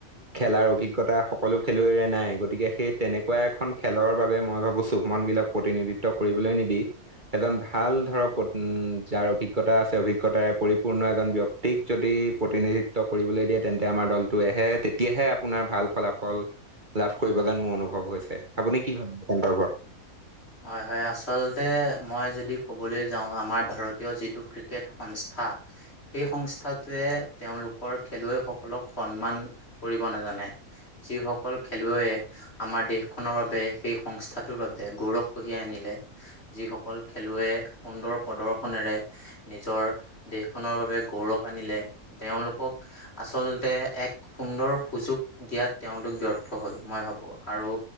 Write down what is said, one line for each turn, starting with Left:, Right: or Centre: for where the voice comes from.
Right: খেলাৰ অভিজ্ঞতা সকলো খেলুৱৈৰে নাই, গতিকে সেই তেনেকুৱা এখন খেলৰ বাবে, মই ভাবো, চুভমন গীলক প্ৰতিনিধিত্ব কৰিবলৈ নিদি এজন ভাল, ধৰক, উম, যাৰ অভিজ্ঞতা আছে, অভিজ্ঞতাৰে পৰিপূৰ্ণ এজন ব্যক্তি। <unintelligible> যদি প্ৰতিনিধিত্ব কৰিবলৈ দিয়ে তেন্তে আমাৰ দলটোৱেহে তেতিয়াহে আপোনাৰ ভাল ফলাফল লাভ
Left: আপোনাৰ
Right: কৰিব যেন মোৰ অনুভৱ হৈছে। আপুনি কি ভাবিছে, সন্দৰ্ভত?
Left: হয়, হয়, আচলতে মই যদি ক'বলৈ যাওঁ, আমাৰ ভাৰতীয় যিটো ক্ৰিকেট সংস্থা সেই সংস্থাটোৱে তেওঁলোকৰ খেলুৱৈসকলক সন্মান কৰিব নাজানে। যিসকল খেলুৱৈয়ে আমাৰ দেশখনৰ বাবে, সেই সংস্থাটোৰ বাবে গৌৰৱ কঢ়িয়াই আনিলে, যিসকল খেলুৱৈয়ে সুন্দৰ প্ৰদৰ্শনেৰে নিজৰ দেশখনৰ বাবে গৌৰৱ আনিলে, তেওঁলোকক আচলতে এক সুন্দৰ সুযোগ দিয়াত তেওঁলোক ব্যৰ্থ হ'ল, মই ভাবোঁ, আৰু